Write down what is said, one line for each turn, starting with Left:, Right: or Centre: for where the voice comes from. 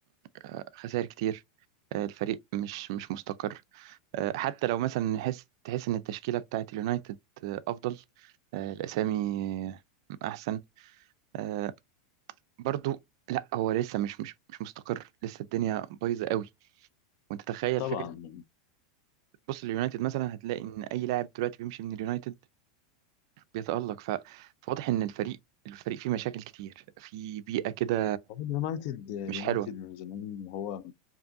Right: آه، خسائر كتير آه، الفريق مش مش مستقر آه، حتى لو مثلا نحس تحس ان التشكيله بتاعت اليونايتد آه، افضل آه، الاسامي آه، احسن آه برضو لا هو لسه مش مش مش مستقر لسه الدنيا بايظه قوي وانت تخيل
Left: <laughs> طبعا
Right: فكره بص اليونايتد مثلا هتلاقي ان اي لاعب دلوقتي بيمشي من اليونايتد بيتالق ف- فواضح ان الفريق الفريق فيه مشاكل كتير في بيئه كده
Left: هو اليونايتد اليونايتد
Right: مش حلوه
Left: من زمان وهو